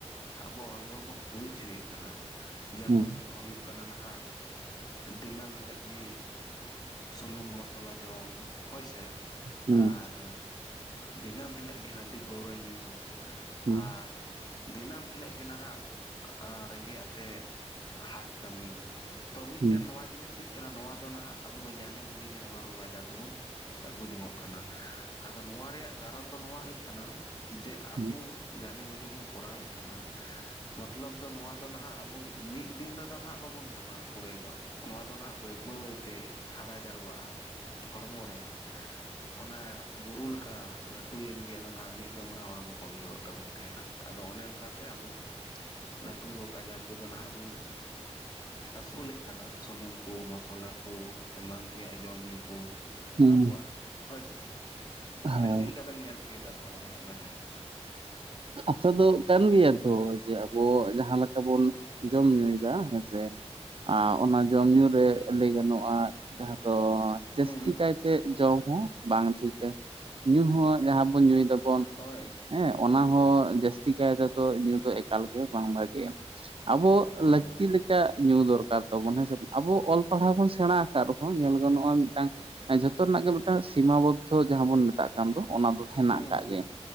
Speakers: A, on the left; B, on the right.
A: ᱟᱵᱚᱣᱟᱜ ᱦᱚᱲᱢᱚ ᱨᱮᱵᱚᱱ ᱦᱩᱭ ᱦᱚᱪᱚᱭᱮᱫ ᱠᱟᱱᱟ ᱡᱮᱢᱚᱱ
B: ᱦᱩᱸ
A: ᱦᱩᱭᱩᱜ ᱦᱩᱭᱩᱜ ᱠᱟᱱᱟ ᱱᱟᱦᱟᱜ ᱫᱤᱱᱟᱹᱢ ᱦᱤᱞᱳᱜ ᱜᱮ ᱥᱩᱱᱩᱢ ᱢᱚᱥᱞᱟ ᱡᱚᱢ ᱦᱳᱭ ᱥᱮ
B: ᱦᱩᱸ
A: ᱟᱨ ᱫᱤᱱᱟᱹᱢ ᱦᱤᱞᱟᱹᱜ ᱜᱮ ᱦᱟᱹᱸᱰᱤ ᱯᱟᱹᱣᱨᱟᱹ ᱧᱩ
B: ᱦᱩᱸ
A: ᱟᱨ ᱫᱤᱱᱟᱹᱢ ᱦᱤᱞᱳᱜ ᱜᱮ ᱱᱟᱦᱟᱜ ᱨᱮᱸᱜᱮᱡ ᱟᱛᱮᱫ ᱦᱟᱴ ᱠᱟᱹᱢᱤ ᱛᱚ ᱢᱤᱫᱴᱮᱱ
B: ᱦᱩᱸ
A: ᱱᱚᱣᱟ ᱡᱤᱱᱤᱥ ᱦᱩᱭᱩᱜ ᱠᱟᱱᱟ ᱱᱚᱣᱟ ᱫᱚ ᱱᱟᱦᱟᱜ ᱟᱵᱚ ᱫᱚ ᱡᱟᱱᱮ ᱵᱩᱡᱮ ᱜᱮ ᱱᱚᱣᱟ ᱨᱳᱜᱽ ᱟᱡᱟᱨ ᱫᱚᱵᱚᱱ ᱟᱹᱜᱩ ᱡᱚᱝᱼᱚᱜ ᱠᱟᱱᱟ ᱟᱫᱚ ᱱᱚᱣᱟ ᱨᱮᱭᱟᱜ ᱠᱟᱨᱚᱱ ᱫᱚ ᱱᱚᱣᱟ ᱦᱩᱭᱩᱜ ᱠᱟᱱᱟ ᱡᱮ ᱟᱵᱚ
B: ᱦᱩᱸ
A: ᱡᱟᱱᱮ ᱵᱩᱡᱮ ᱵᱚᱱ ᱠᱚᱨᱟᱣᱮᱫ ᱠᱟᱱᱟ ᱢᱟᱛᱞᱟᱵ ᱫᱚ ᱱᱚᱣᱟ ᱱᱟᱦᱟᱜ ᱟᱵᱚ ᱢᱤᱫ ᱫᱤᱱ ᱨᱮᱫᱚ ᱱᱟᱦᱟᱜ ᱵᱟᱵᱚᱱ ᱧᱟᱢᱟ ᱠᱩᱲᱟᱹᱭ ᱫᱚ ᱱᱚᱣᱟ ᱫᱚ ᱱᱟᱦᱟᱜ ᱵᱟᱹᱭ ᱵᱟᱹᱭ ᱛᱮ ᱦᱟᱨᱟ ᱡᱟᱨᱣᱟᱜᱼᱟ ᱦᱚᱲᱢᱚ ᱨᱮ ᱚᱱᱟ ᱵᱩᱨᱩ ᱞᱮᱠᱟ ᱞᱟᱹᱴᱩᱭᱮᱱ ᱜᱮ ᱟᱫᱚ ᱱᱟᱦᱟᱜ ᱢᱤᱫ ᱫᱚᱢ ᱨᱮ ᱦᱚᱲᱢᱚ ᱠᱚᱢ ᱡᱳᱨ ᱛᱟᱵᱚᱱ ᱛᱟᱦᱮᱱᱟ ᱟᱫᱚ ᱚᱱᱮ ᱚᱱᱠᱟᱛᱮ ᱟᱵᱚ ᱞᱟᱹᱴᱩ ᱨᱳᱜᱽ ᱟᱡᱟᱨ ᱠᱚᱫᱚ ᱱᱟᱦᱟᱜ ᱵᱚᱱ ᱟᱹᱥᱩᱞᱮᱫ ᱠᱟᱱᱟ ᱥᱩᱱᱩᱢ ᱠᱚ ᱢᱚᱥᱞᱟ ᱠᱚ ᱮᱢᱟᱱ ᱛᱮᱭᱟᱜ ᱡᱚᱢ ᱧᱩ ᱠᱚ
B: ᱦᱩᱸ
A: ᱟᱵᱚᱣᱟᱜ ᱦᱳᱭᱥᱮ ᱟᱵᱮᱱ
B: ᱦᱳᱭ
A: ᱪᱮᱫᱞᱠᱟ ᱵᱮᱱ ᱧᱮᱞ ᱦᱚᱪᱚᱭ ᱮᱫᱟ ᱱᱚᱣᱟ ᱟᱵᱮᱱᱟᱜ ᱱᱚᱡᱚᱨ ᱨᱮ
B: ᱠᱟᱛᱷᱟ ᱫᱚ ᱠᱟᱱ ᱜᱮᱭᱟ ᱛᱚ ᱡᱮ ᱟᱵᱚ ᱡᱟᱦᱟᱸ ᱞᱮᱠᱟ ᱵᱚᱱ ᱡᱚᱢ ᱧᱩᱭ ᱫᱟ ᱦᱮᱸᱥᱮ ᱟᱨ ᱚᱱᱟ ᱡᱚᱢ ᱧᱩ ᱨᱮ
A: ᱦᱩᱸ
B: ᱞᱟᱹᱭ ᱜᱟᱱᱚᱜᱼᱟ ᱡᱟᱦᱟᱸ ᱫᱚ ᱡᱟᱹᱥᱛᱤ
A: ᱦᱩᱸ
B: ᱠᱟᱭᱛᱮ ᱡᱚᱢ ᱦᱚᱸ ᱵᱟᱝ ᱴᱷᱤᱠᱟ ᱧᱩ ᱦᱚᱸ ᱡᱟᱦᱟᱸ ᱵᱚᱱ ᱧᱩᱭ ᱫᱟᱵᱚᱱ
A: ᱦᱳᱭ
B: ᱦᱮᱸ ᱚᱱᱟ ᱦᱚᱸ ᱡᱟᱹᱥᱛᱤ ᱠᱟᱭ ᱛᱮᱫᱚ ᱧᱩ ᱫᱚ ᱮᱠᱟᱞᱜᱮ ᱵᱟᱝ ᱵᱷᱟᱜᱮᱭᱼᱟ ᱟᱵᱚ
A: ᱦᱳᱭ
B: ᱞᱟᱹᱠᱛᱤ
A: ᱦᱳᱭ
B: <unintelligible> ᱧᱩ ᱫᱚᱨᱠᱟᱨ ᱛᱟᱵᱚᱱ ᱦᱮᱸ ᱥᱮ ᱟᱵᱚ ᱚᱞ ᱯᱟᱲᱦᱟᱣ ᱵᱚᱱ ᱥᱮᱬᱟ ᱠᱟᱫ ᱨᱮᱦᱚᱸ ᱧᱮᱞ ᱜᱟᱱᱚᱜᱼᱟ ᱢᱤᱫᱴᱟᱝ ᱡᱷᱚᱛᱚ ᱨᱮᱱᱟᱜ ᱜᱮ ᱢᱤᱫᱴᱟᱝ ᱥᱤᱢᱟ ᱵᱚᱫᱽᱫᱷᱚ ᱡᱟᱦᱟᱸ ᱵᱚᱱ ᱢᱮᱛᱟᱜ ᱫᱚ ᱚᱱᱟ ᱫᱚ ᱦᱮᱱᱟᱜ
A: ᱦᱩᱸ
B: ᱠᱟᱜ
A: ᱦᱩᱸ
B: ᱜᱮᱭᱟ